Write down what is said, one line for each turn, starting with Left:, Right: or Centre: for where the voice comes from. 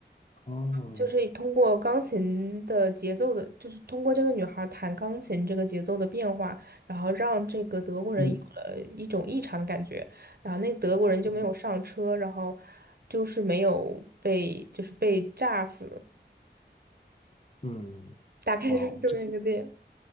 Left: 哦，
Right: 就是通过钢琴的节奏的，就是通过这个女孩儿弹钢琴这个节奏的变化，然后让这个德国人有了一种异常的感觉，
Left: 嗯
Right: 然后那个德国人就没有上车，
Left: 嗯
Right: 然后就是没有被就是被炸死，
Left: 嗯，
Right: 大概就是这么一个电影。
Left: 哇哦，这